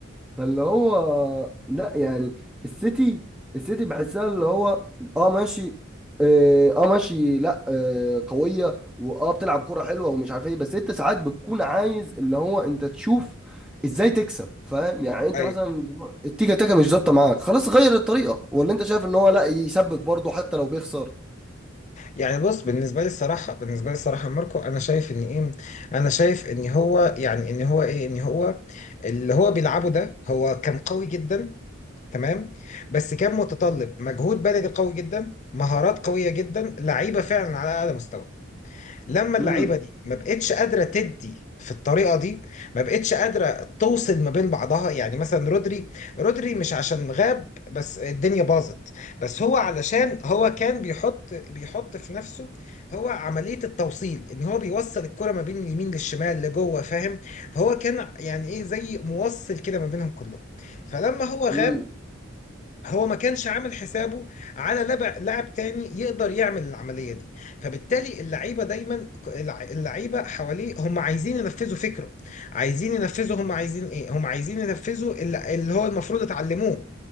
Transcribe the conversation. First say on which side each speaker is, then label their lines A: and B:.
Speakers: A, in the centre; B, on the left.
A: فاللي هو لا يعني السيتي السيتي بحسها اللي هو اه ماشي اه آه ماشي لا آه قوية واه بتلعب كرة حلوة ومش عارف ايه بس انت ساعات بتكون عايز اللي هو انت تشوف ازاي تكسب فاهم يعني انت
B: ايوه
A: مثلا دلوقتي التيكا تاكا مش ظابطة معاك خلاص غير الطريقة ولا انت شايف ان هو لا يسبك برضه حتى لو بيخسر
B: يعني بص بالنسبه لي الصراحه بالنسبه لي الصراحه ماركو انا شايف ان ايه انا شايف ان هو يعني ان هو ايه ان هو اللي هو بيلعبه ده هو كان قوي جدا تمام بس كان متطلب مجهود بدني قوي جدا مهارات قويه جدا لعيبه فعلا على اعلى مستوى لما اللعيبه
A: امم
B: دي ما بقتش قادره تدي في الطريقه دي ما بقتش قادره توصل ما بين بعضها يعني مثلا رودري رودري مش عشان غاب بس الدنيا باظت بس هو علشان هو كان بيحط بيحط في نفسه هو عمليه التوصيل ان هو بيوصل الكره ما بين اليمين للشمال لجوه فاهم فهو كان يعني ايه زي موصل كده ما بينهم كلهم فلما هو غاب
A: امم
B: هو ما كانش عامل حسابه على لعب لاعب تاني يقدر يعمل العملية دي فبالتالي اللعيبة دايما الع- اللعيبة حواليه هم عايزين ينفذوا فكره عايزين ينفذوا هم عايزين ايه هم عايزين ينفذوا اللي اللي هو المفروض اتعلموه